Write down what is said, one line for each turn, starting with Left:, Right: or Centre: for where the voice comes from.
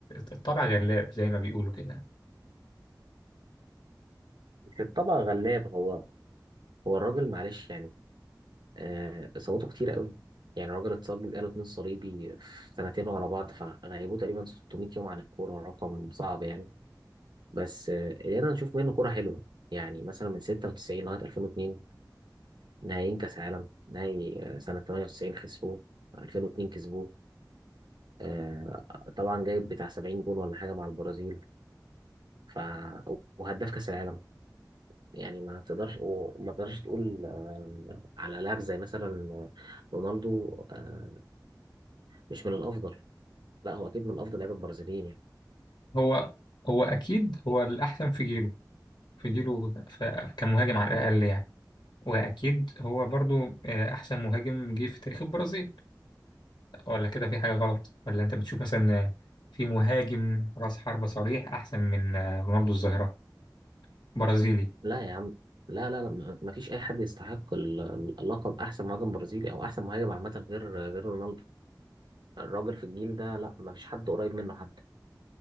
Left: الطبع غلاب زي ما بيقولوا كده
Right: في الطبع غلاب هو هو الراجل معلش يعني آه، اصاباته كتير قوي يعني الراجل اتصاب بالقرن الصليبي في سنتين ورا بعض فغيبوه تقريبا 600 يوم عن الكورة رقم صعب يعني بس آه، قدرنا نشوف منه كورة حلوة يعني مثلا من 96 لغاية 2002 نهائيين كأس عالم نهائي آه، سنة 98 خسروه 2002 كسبوه آه، طبعا جايب بتاع 70 جول ولا حاجه مع البرازيل ف وهداف كاس العالم يعني ما تقدرش وما تقدرش تقول آه، على لاعب زي مثلا رونالدو آه، مش من الافضل لا هو اكيد من افضل لعيبه البرازيليين يعني
Left: هو هو اكيد هو الاحسن في جيله في جيله ف- كمهاجم على الاقل يعني واكيد هو برضو آه، احسن مهاجم جه في تاريخ البرازيل ولا كده في حاجه غلط ولا انت بتشوف مثلا آه، في مهاجم راس حربة صريح احسن من آه، رونالدو الظاهره برازيلي
Right: لا يا عم لا لا لا ما ما فيش اي حد يستحق ال- اللقب احسن مهاجم برازيلي او احسن مهاجم عامه غير غير رونالدو الراجل في الجيل ده لا ما فيش حد قريب منه حتى